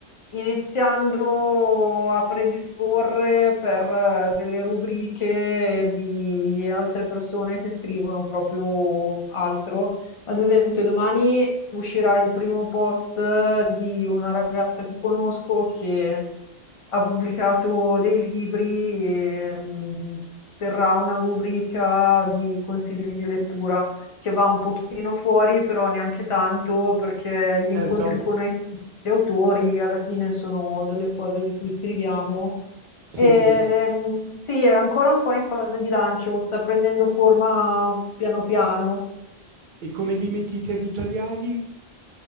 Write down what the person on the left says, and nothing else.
iniziando a predisporre per eh, delle rubriche di altre persone che scrivono proprio altro ad esempio, domani uscirà il primo post di una ragazza che conosco che ha pubblicato dei libri e mh, terrà una rubrica di consigli di lettura che va un pochino fuori, però neanche tanto, perché gli incontri
con i- gli autori alla fine sono delle cose di cui scriviamo.
E,
Ehm, sì, è ancora un po' in fase di lancio, sta prendendo forma piano piano.